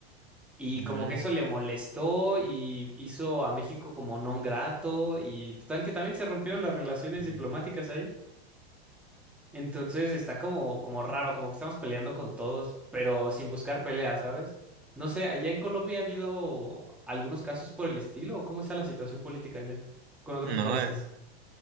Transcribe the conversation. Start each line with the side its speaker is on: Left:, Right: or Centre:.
Centre: Y
Right: Mm,
Centre: como que eso le molestó y hizo a México como non grato y total que también se rompieron las relaciones
Right: mm,
Centre: diplomáticas ahí. Entonces está como, como raro, como que estamos peleando con todos, pero sin buscar pelea, ¿sabes? No sé, allá en Colombia ha habido algunos casos por el estilo, ¿o cómo está la situación política allá con otros
Right: No,
Centre: países?
Right: eh,